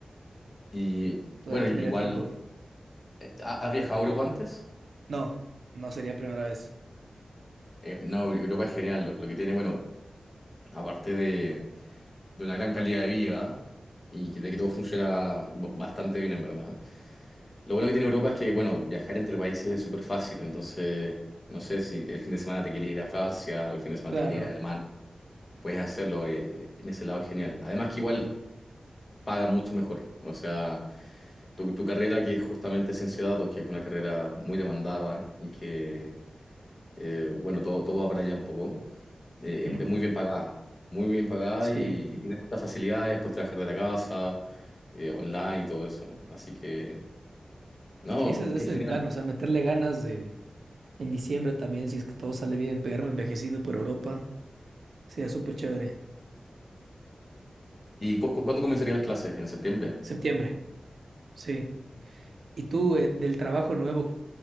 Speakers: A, on the left; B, on the right.
A: Y
B: todavía
A: bueno,
B: tendría
A: igual,
B: tiempo.
A: eh, ¿ha- ¿has viajado a Europa antes?
B: No, no sería primera vez.
A: Eh, no, Europa es genial. Lo, lo que tiene, bueno, aparte de de una gran calidad de vida y que- de que todo funciona b- bastante bien en verdad. Lo bueno que tiene Europa es que, bueno, viajar entre países es súper fácil, entonces no sé si el fin de semana te quieres ir a Francia o el fin de semana
B: Claro.
A: te quieres ir a Alemania, puedes hacerlo, eh, eh, en ese lado es genial. Además que igual paga mucho mejor, o sea, tu, tu carrera que es justamente ciencia de datos, que es una carrera muy demandada y que, eh, bueno, todo, todo va para allá un poco. Eh,
B: Ujú.
A: es, es muy bien pagada, muy bien pagada
B: Sí.
A: y, y tiene muchas facilidades, puedes trabajar de la casa, eh, online y todo eso. Así que, no,
B: Sí, ese, ese
A: qué
B: es
A: genial.
B: el plan, o sea, meterle ganas de en diciembre también, si es que todo sale bien, pegarme envejecido por Europa. Sería súper chévere.
A: ¿Y cu- cu- cuándo comenzarían las clases? ¿En septiembre?
B: Septiembre, sí. Y tú, eh, del trabajo nuevo,